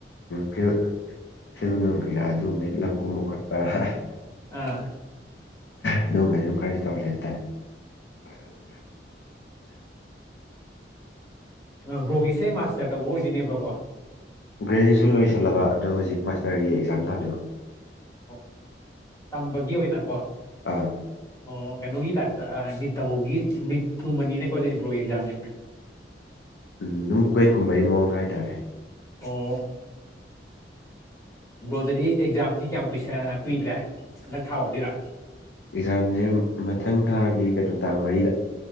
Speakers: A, on the left; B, on the left.
A: ꯐꯤꯜ ꯐꯤꯜ ꯅꯨꯡ ꯀꯩꯀꯥ ꯑꯗꯨ ꯃꯩꯛ ꯂꯝ ꯀꯨꯝꯕ ꯈꯣꯠꯄ ꯑ
B: ꯑꯥ
A: ꯑꯗꯨꯒꯨꯝꯕꯅꯤ ꯑꯗꯨꯝ ꯀꯔꯗꯤ ꯇꯧꯔꯦ ꯍꯥꯏꯇꯥꯔꯦ
B: ꯑ ꯕꯣꯒꯤꯁꯦ ꯃꯥꯁꯇꯔ ꯇꯧꯕ ꯑꯣꯏꯗꯣꯏꯅꯦꯕꯀꯣ
A: ꯒ꯭ꯔꯦꯖꯨꯑꯁꯟ ꯂꯣꯏꯜꯂꯕ ꯑꯗ ꯍꯧꯖꯤꯛ ꯃꯥꯁꯇꯔꯒꯤ ꯑꯦꯛꯖꯥꯝ ꯊꯥꯗꯕ
B: ꯑꯣ ꯇꯝꯕꯒꯤ ꯑꯣꯏꯅꯀꯣ
A: ꯑꯥ
B: ꯑꯣ ꯀꯩꯅꯣꯒꯤ ꯇꯥꯏꯞ ꯅꯤꯠ ꯇꯥꯃꯣꯒꯤ ꯅꯤꯠꯀꯨꯝꯕꯅꯤꯅꯦ ꯀꯣꯗ ꯕ꯭ꯔꯣꯒꯤ ꯑꯦꯛꯖꯥꯝꯁꯤ
A: ꯑꯗꯨꯝ ꯀ꯭ꯋꯦꯠꯀꯨꯝꯕꯩ ꯃꯑꯣꯡꯗ ꯍꯥꯏꯇꯥꯔꯦ
B: ꯑꯣ ꯭ꯂꯣꯗꯗꯤ ꯑꯦꯛꯖꯥꯝꯁꯤ ꯀꯌꯥꯝ ꯀꯨꯏ ꯀꯨꯏꯗ꯭ꯔꯦ ꯍꯟꯗꯛ ꯊꯥꯎꯍꯗꯔꯥ
A: ꯑꯦꯛꯖꯥꯝꯁꯦ ꯃꯊꯪ ꯊꯥꯒꯤ ꯀꯩꯅꯣ ꯇꯥꯡ ꯃꯔꯤꯗ